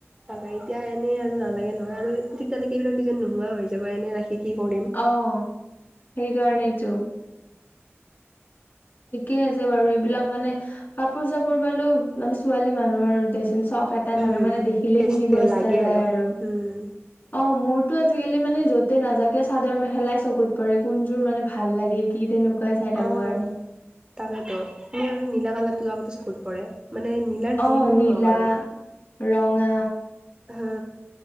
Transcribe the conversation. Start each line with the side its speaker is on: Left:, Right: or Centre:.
Right: তাকে এতিয়া এনে আৰু নালাগে নহয় আৰু তেতিয়ালৈকে এইবিলাক দুজন নোহোৱা হৈ যাব এনে ৰাখি কি কৰিম?
Left: অ' সেইকাৰণেইটো। ঠিকে আছে বাৰু, এইবিলাক মানে কাপোৰ চাপোৰ বালো মানে ছোৱালী মানুহৰ দেচোন চখ এ এটা
Right: উম
Left: থাকে মানে, দেখিলেই
Right: সেই
Left: কিনিব ইচ্ছা
Right: লাগে
Left: যায় আৰু।
Right: উম
Left: অঁ মোৰতো আজিকালি মানে য'তে নাযাকে চাদৰ মেখেলাই চকুত পৰে, কোনযোৰ মানে ভাল লাগে কি তেনেকুৱাই চাই থাকো
Right: অঁ
Left: আৰু
Right: তাকেতো মোৰ নীলা কালাৰটো লগতে চকুত পৰে মানে নি নীলাৰ
Left: অ
Right: যিকোনো
Left: নীলা
Right: হওঁক আৰু
Left: ৰঙা
Right: হা